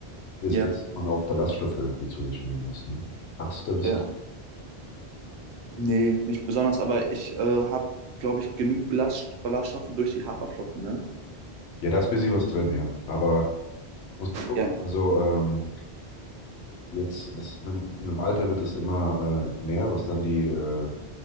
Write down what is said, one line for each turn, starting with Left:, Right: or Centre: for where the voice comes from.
Left: ist,
Right: Ja,
Left: dass man auch Ballaststoffe irgendwie zu sich nehmen muss, ne? Achtest du da ein bisschen?
Right: ja. Nee, nicht besonders, aber ich äh, habe, glaube ich, genug Ballast Ballaststoffe durch die Haferflocken, ne?
Left: Ja, da ist ein bisschen was drin, ja. Aber muss man gucken.
Right: Ja,
Left: Also, ähm, Jetzt, das, mit, mit dem Alter wird es immer äh, mehr, was dann die, äh,